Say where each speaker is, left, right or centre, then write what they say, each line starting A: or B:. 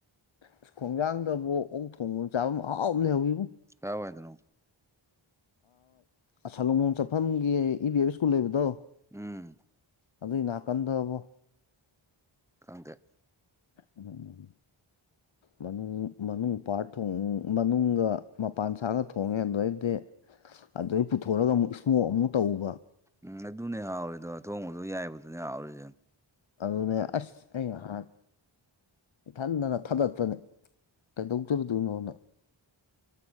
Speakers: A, on the left (about 70°); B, in the centre.
A: ꯑ ꯎꯈꯣꯡꯖꯥꯡꯗꯕꯨ ꯑꯣꯛ ꯊꯣꯡꯐꯝ ꯆꯥꯐꯝ ꯃꯍꯥꯎ ꯂꯩꯍꯧꯋꯤꯕꯣ꯫
B: ꯀꯥꯏ ꯍꯥꯏꯗꯅꯣ
A: ꯑ ꯁꯂꯨꯡꯕꯝ ꯆꯠꯐꯝꯒꯤ ꯏ ꯕꯤ ꯑꯦꯐ ꯁ꯭ꯀꯨꯜ ꯂꯩꯕꯗꯣ
B: ꯎꯝ
A: ꯑꯗꯨꯏ ꯅꯥꯀꯟꯗꯣꯕꯣ
B: ꯈꯪꯗꯦ
A: ꯎꯝ ꯃꯅꯨꯡ ꯃꯅꯨꯡ ꯄꯥꯠ ꯊꯣꯡ ꯃꯅꯨꯡꯒ ꯃꯄꯥꯟ ꯁꯥꯒ ꯊꯣꯡꯉꯦ ꯑꯗꯩꯗꯤ ꯑꯗꯩ ꯄꯨꯊꯣꯔꯑꯒ ꯑꯃꯨꯛ ꯏꯁꯃꯣꯛ ꯑꯃꯨꯛ ꯇꯧꯕ
B: ꯎꯝ ꯑꯗꯨꯅꯦ ꯍꯥꯎꯔꯤꯗꯣ ꯊꯣꯡꯕꯗꯣ ꯌꯥꯏꯕꯗꯨꯅꯦ ꯍꯥꯎꯔꯤꯖꯦ
A: ꯑꯗꯨꯅꯦ ꯑꯩꯁ ꯑꯩ ꯉꯍꯥꯟ ꯏꯊꯟꯗꯅ ꯊꯥꯗꯛꯄꯅꯦ ꯀꯩꯗꯧꯖꯔꯨꯗꯣꯏꯅꯣꯅ